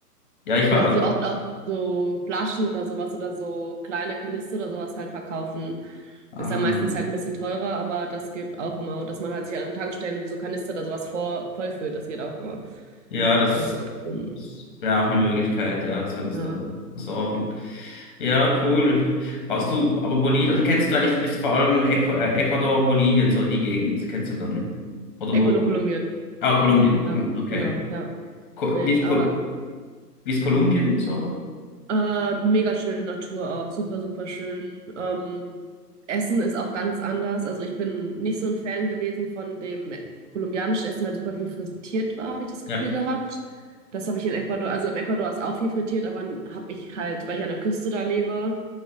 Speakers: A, on the left (about 30°); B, on the right (about 50°).
A: Ja, ich
B: dass
A: war
B: die
A: auch.
B: oft auch so Flaschen oder sowas oder so kleine Kanister oder sowas halt verkaufen.
A: ähm,
B: Ist ja meistens halt ein bisschen teurer, aber das geht auch immer. Dass man halt sich an Tankstellen wie so Kanister oder sowas vor, vollfüllt, das geht auch immer.
A: Ja, das,
B: Das ist auch so ein,
A: das wäre auch eine Möglichkeit, ja, dass wir uns
B: ja,
A: dann besorgen. Ja, cool. Warst du, aber Bolivien, also kennst du eigentlich, bist du vor allem Äqu äh, Ecuador, Bolivien, so die Gegend, kennst du dann? Oder nur,
B: Echolokaliert.
A: ah, Kolumbien,
B: Ja,
A: Kolumbien, okay.
B: genau, ja.
A: Ko
B: Nee,
A: wie ist,
B: aber.
A: Kol wie ist Kolumbien, so?
B: Äh, mega schöne Natur auch, super, super schön. Ähm, Essen ist auch ganz anders. Also ich bin nicht so ein Fan gewesen von dem kolumbianischen Essen, weil super viel frittiert war, habe ich das Gefühl
A: Ja.
B: gehabt. Das habe ich in Ecuador, also im Ecuador ist auch viel frittiert, aber habe ich halt, weil ich an der Küste da lebe,